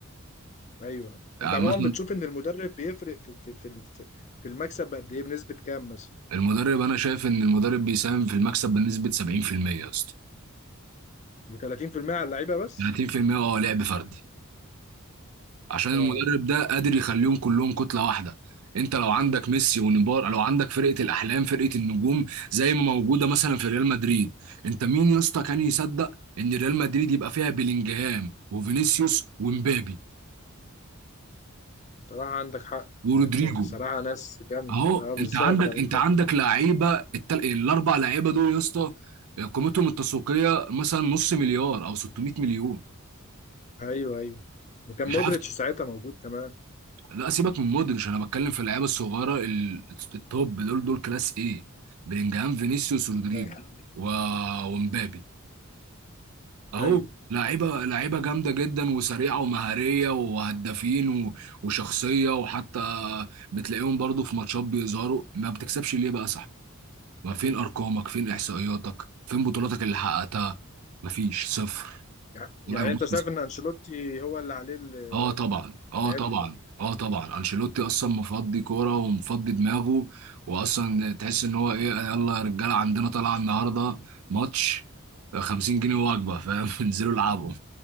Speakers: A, on the left; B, on the right.
A: ايوه انت
B: يعني
A: عموما
B: مثلا
A: بتشوف ان المدرب بيفرق في في في في في المكسب قد ايه بنسبة كام مثلا
B: المدرب انا شايف ان المدرب بيساهم في المكسب بنسبه 70% يا اسطى
A: ب 30% على اللعيبة بس
B: 30% اه لعب فردي عشان
A: اه
B: المدرب ده قادر يخليهم كلهم كتله واحده انت لو عندك ميسي ونيمار لو عندك فرقه الاحلام فرقه النجوم زي ما موجوده مثلا في ريال مدريد انت مين يا اسطى كان يصدق ان ريال مدريد يبقى فيها بيلينجهام وفينيسيوس ومبابي
A: صراحة عندك حق
B: ورودريجو
A: يعني صراحة ناس جامدة
B: اهو
A: اه بالظبط
B: انت عندك
A: والله.
B: انت عندك لعيبه التل... الاربع لعيبه دول يا اسطى قيمتهم التسويقيه مثلا نص مليار او 600 مليون
A: ايوه ايوه وكان
B: مش
A: مودريتش
B: عارف
A: ساعتها موجود كمان
B: لا سيبك من مودريتش انا بتكلم في اللعيبه الصغيره ال- التوب دول دول كلاس ايه بلينجهام فينيسيوس رودريجو
A: ايوه
B: و... ومبابي اهو
A: أيوة.
B: لعيبه لعيبه جامده جدا وسريعه ومهاريه وهدافين و... وشخصيه وحتى بتلاقيهم برضو في ماتشات بيظهروا ما بتكسبش ليه بقى صح ما فين ارقامك فين احصائياتك فين بطولاتك اللي حققتها مفيش صفر
A: يع-
B: لاعب
A: يعني
B: بص
A: انت شايف ان انشيلوتي هو اللي عليه ال-
B: اه طبعا اه
A: العبء
B: طبعا
A: ده
B: اه طبعا انشيلوتي اصلا مفضي كوره ومفضي دماغه واصلا تحس ان هو ايه يلا يا رجاله عندنا طالعه النهارده ماتش 50 جنيه وجبه فاهم <laughs> انزلوا العبوا